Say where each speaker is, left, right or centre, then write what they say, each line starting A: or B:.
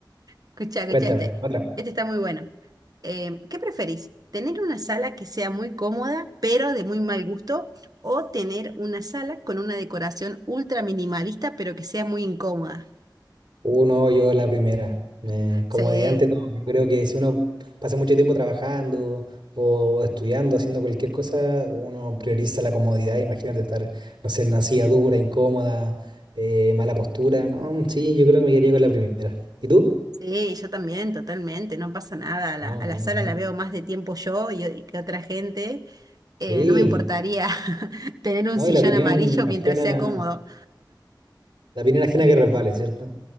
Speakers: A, on the right; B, on the right.
A: Escucha, escucha
B: Cuéntame,
A: este.
B: otra.
A: Este está muy bueno. Eh, ¿qué preferís? ¿Tener una sala que sea muy cómoda, pero de muy mal gusto? ¿O tener una sala con una decoración ultra minimalista, pero que sea muy incómoda?
B: Uno, yo la primera. Eh,
A: Sí,
B: como dije antes, todo. Yo creo que si uno pasa mucho tiempo trabajando o estudiando, haciendo cualquier cosa, uno prioriza la comodidad. Imagínate estar, no sé, en una silla dura, incómoda, eh, mala postura. No, sí, yo creo que me quedaría con la primera. ¿Y tú?
A: sí, yo también, totalmente. No pasa nada. A la,
B: No,
A: a la
B: bien,
A: sala
B: bien.
A: la veo más de tiempo yo y y que otra gente eh,
B: Sí.
A: no me importaría <laughs> tener un
B: No,
A: sillón
B: y la opinión
A: amarillo mientras
B: ajena,
A: sea cómodo.
B: la opinión ajena que resbale, ¿cierto?